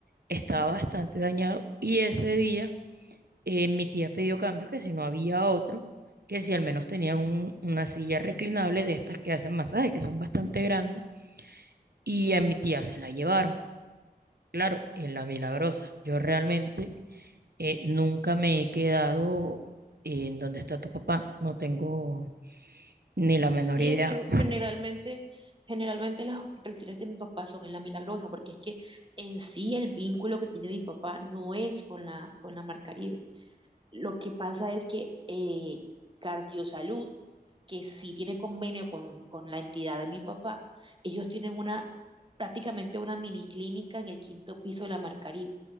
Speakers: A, on the right (about 70°); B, on the right (about 30°).
A: estaba bastante dañado y ese día eh, mi tía pidió cambio, que si no había otro, que si al menos tenían un- una silla reclinable de estas que hacen masajes, que son bastante grandes, y a mi tía se la llevaron. Claro, en la Milagrosa. Yo realmente eh, nunca me he quedado en donde está tu papá, no tengo ni la menor
B: Sí,
A: idea.
B: es que generalmente, generalmente las hospitalizaciones de mi papá son en la Milagrosa, porque es que en sí el vínculo que tiene mi papá no es con la, con la Mar Caribe. Lo que pasa es que eh, Cardiosalud, que sí tiene convenio con, con la entidad de mi papá, ellos tienen una, prácticamente una mini clínica en el quinto piso de la Mar Caribe,